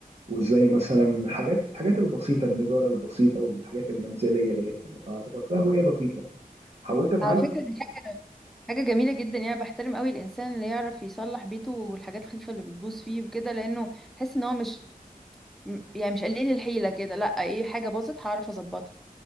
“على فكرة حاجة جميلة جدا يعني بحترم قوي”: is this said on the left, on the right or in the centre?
Centre